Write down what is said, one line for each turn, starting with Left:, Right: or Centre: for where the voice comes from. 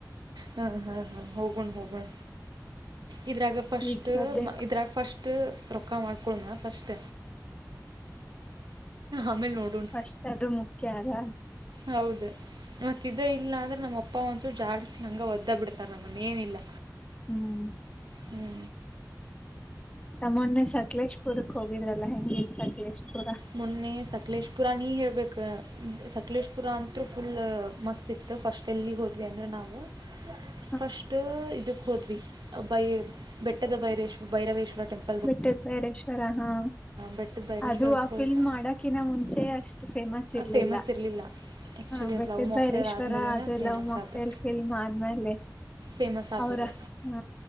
Right: ಹಾ ಹಾ ಹಾ ಹೋಗಣ ಹೋಗಣ ಇದ್ರಾಗ ಫಸ್ಟ್
Left: ಈಗ ಸದ್ಯಕ್
Right: ಇದ್ರಾಗ ಫಸ್ಟ್. ರೊಕ್ಕ ಮಾಡ್ಕೊನು ಫಾಸ್ಟ್ ಆಮ್ಯಾಗ ನೋಡೋಣ.
Left: ಫ್ರಿಸ್ಟ್ ಅದು ಮುಖ್ಯ ಅಲ್ಲ.
Right: ಹೌದು ಮತ್ ಇದಇಲ್ಲ ಅಂದ್ರೆ ನಮ್ಮ ಅಪ್ಪ ಒಂದಚೂರು ಜಾಡಿಸಿ ಹಂಗ ಒದ್ದ ಬಿಡ್ತಾರೆ ನಮ್ಮನ್ನ ಏನಿಲ್ಲ
Left: ಹ್ಮ್ ಹ್ಮ್
Right: ಹ್ಞೂ
Left: ಮೊನ್ನೆ ಸಕಲೇಶಪುರಕ್ ಹೋಗಿದ್ರಲ್ಲ ಹೆಂಗಿ ಇತ್ತು ಸಕಲೇಶ್ ಪುರ
Right: ಮೊನ್ನೆ ಸಕಲೇಶಪುರ ನೀ ಹೇಳೇಳ್ಬೇಕು ಸಕಲೇಶಪುರ ಅಂತೂ ಫುಲ್ ಮಸ್ತಿ ಇತ್ತು ಫಸ್ಟ್ ಎಲ್ಲಿ ಹೋದ್ವಿ ಅಂದ್ರೆ ನಾವು
Left: <inaudible>
Right: ಫಸ್ಟ್ ಇದಕ್ಕೆ ಹೋದ್ವಿ ಬೈ ಬೆಟ್ಟದ ಬೈರೇಶ್ವ ಭೈರವೇಶ್ವರ ಟೆಂಪಲ್
Left: ಬಿಟ್ಟದ ಬೇರೇಶ್ವರ ಹಾ
Right: ಬೆಟ್ಟದ ಭೈರೇಶ್ವರಕ್ಕೆ
Left: ಅದು
Right: ಹೋದ್ವಿ
Left: ಫಿಲ್ಮ್ ಮಾಡಕಿನ ಮುಂಚೆ ಅಷ್ಟು ಫೇಮಸ್ ಇರ್ಲಿಲ್ಲ
Right: ಫೇಮಸ್ ಇರಲಿಲ್ಲ ಆ್ಯಕ್ಚುಲಿ
Left: ಹಾ ಬೆಟ್ಟದ
Right: ಅದು ಲವ್ ಮಾಕ್ಟೇಲ್
Left: ಬೈರೇಶ್ವರ
Right: ಆದಮೇಲೆ
Left: ಅದೆ
Right: ಫೇಮಸ್
Left: ಲವ್ ಮೊಕ್
Right: ಆತು
Left: ಟೈಲ್ ಫಿಲ್ಮ್ ಆದ್ಮೇಲೆ
Right: ಫೇಮಸ್ ಆತದು
Left: ಅವ್ರ ಹ್ಮ